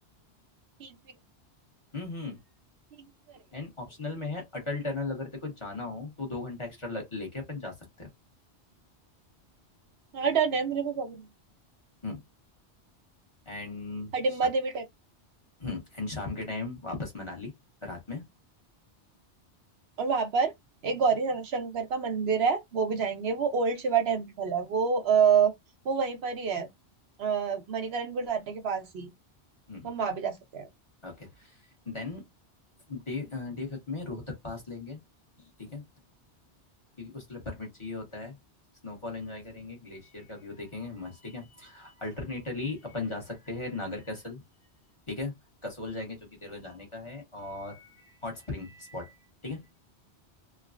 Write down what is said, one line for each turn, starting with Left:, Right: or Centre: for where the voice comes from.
Right: ठीक भी
Left: हम्म हम्म
Right: ठीक भी करेंगे
Left: एंड ऑप्शनल में है अटल टनल अगर तेरे को जाना हो तो दो घंटा एक्स्ट्रा ल- लेके अपन जा सकते
Right: हाँ डन है मेरे को प्रॉब्लम
Left: हैं एंड
Right: हडिम्बा
Left: शाम
Right: देवी
Left: एंड शाम के टाइम वापस मनाली रात में
Right: और वहां पर एक गौरी शंकर का मंदिर है वो भी जाएंगे वो ओल्ड शिवा टेम्पल है वो आ, वो वहीं पर ही है अ, मणिकरण गुरुद्वारे के पास ही तो
Left: हम्म
Right: हम वहां भी जा सकते हैं
Left: Okay Then day day fifth में रोहतक पास लेंगे ठीक है क्योंकि उसके लिए परमिट चाहिए होता है स्नोफॉल एंजॉय करेंगे ग्लेशियर का व्यू देखेंगे मस्त ठीक है अल्टरनेटली अपन जा सकते हैं नागर कैसल ठीक है कसोल जाएंगे जो कि तेरे को जाने का है और हॉट स्प्रिंग स्पॉट ठीक है